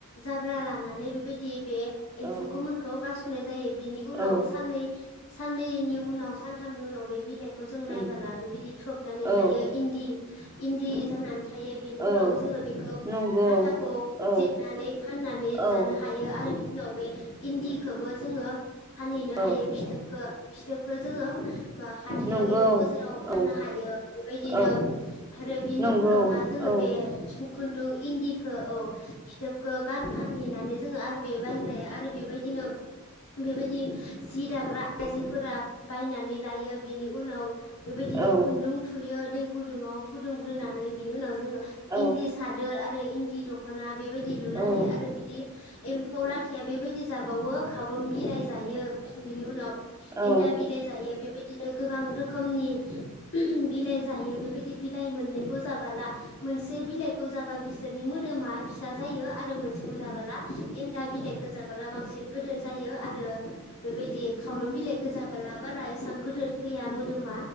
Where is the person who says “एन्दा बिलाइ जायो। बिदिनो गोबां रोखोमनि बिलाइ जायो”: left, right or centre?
Left